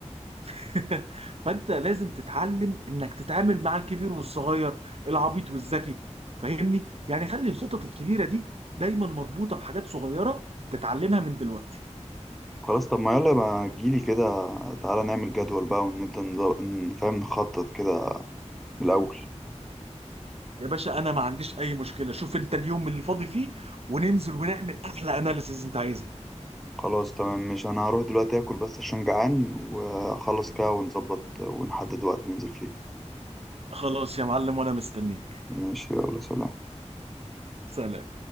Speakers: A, on the right; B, in the centre.
A: <laughs> فانت لازم تتعلم انك تتعامل مع الكبير والصغير العبيط والذكي فاهمني يعني خلي الخطط الكبيرة دي دايما مربوطة بحاجات صغيرة تتعلمها من دلوقتي
B: خلاص طب ما يلا بقى تجيلي كده تعالى نعمل جدول بقى ونبدأ نظ- ن- فاهم نخطط كده من الأول
A: يا باشا انا ما عنديش اي مشكله شوف انت اليوم اللي فاضي فيه وننزل ونعمل احلى اناليسيز انت عايزها
B: خلاص تمام مش أنا هروح دلوقتي آكل بس عشان جعان وأخلص كده ونظبط ونحدد وقت ننزل فيه
A: خلاص يا معلم وانا مستنيك
B: ماشي يلا سلام
A: سلام